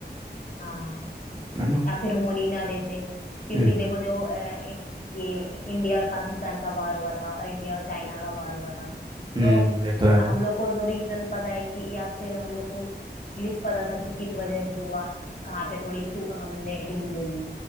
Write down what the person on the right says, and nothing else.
है ना
हम्म
हम्म
ये तो
है